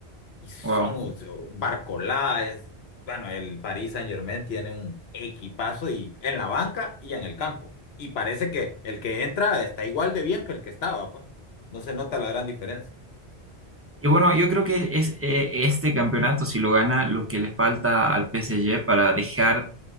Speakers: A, on the left; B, on the right.
A: Y son
B: Wow.
A: o sea, Barcolá, es, bueno, el Paris Saint-Germain tiene un equipazo y en la banca y en el campo. Y parece que el que entra está igual de bien que el que estaba, pues. No se nota la gran diferencia.
B: Y bueno, yo creo que es eh, este campeonato, si lo gana, lo que le falta al PSG para dejar